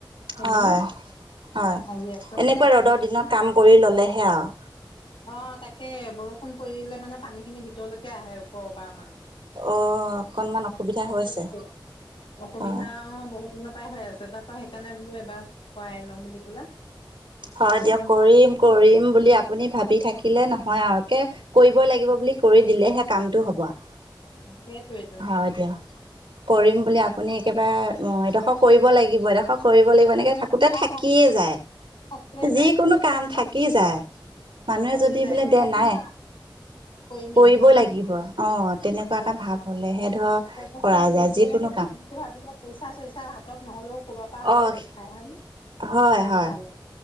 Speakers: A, on the left; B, on the right.
A: এইকেইদিন
B: হয়-হয়,
A: আহি আছে
B: এনেকুৱা ৰ'দৰ দিনত কাম কৰি ল'লেহে আৰু।
A: অ', তাকে বৰষুণ পৰিলে মানে পানী খিনি ভিতৰলৈকে আহে ওপৰৰ পৰা আমাৰ।
B: অ',
A: <unintelligible>
B: অকনমান অসুবিধা হৈছে
A: অসুবিধা
B: হয়।
A: অ', বহুত দিনৰ পৰাই হৈ আছে তাৰ পৰা সেইকাৰণে এবাৰ, খোৱাই লওঁ বুলি পেলাই।
B: হয়', দিয়ক
A: টিং
B: কৰিম
A: পাত
B: কৰিম বুলি আপুনি ভাবি থাকিলে নহয় আৰু। কে, কৰিবই লাগিব বুলি কৰি দিলেহে কামটো হ'ব আও।
A: সেইটোৱেইটোন
B: হয় দিয়ক, কৰিম বুলি আপুনি একেবাৰে এডখক কৰিব লাগিব, এডোখৰ কৰিব লাগিব এনেকে থাকোতে
A: অ
B: থাকিয়ে যায়।
A: থকিয়ে যায়
B: যিকোনো
A: তেনেকেই
B: কাম থাকি যায়, মানুহে
A: থাকি
B: যদি
A: যায়
B: বোলে
A: একদম
B: দে নাই
A: মানে কৰিমে
B: কৰিবই
A: অ
B: লাগিব, অ', তেনেকুৱা
A: কৰিব লাগিব
B: এটা ভাৱ হলেহে ধৰ,
A: তেনেকে
B: কৰা
A: মানে
B: যায় যিকোনো।
A: <unintelligible>
B: -
A: ভাবিলে পইচা চইচা হাতত নহ'লেও ক'ৰবাৰ পৰা হলেও
B: অ',
A: গোট খাই হয়নে?
B: হয়
A: ইফালে
B: হয়।
A: সিফালে।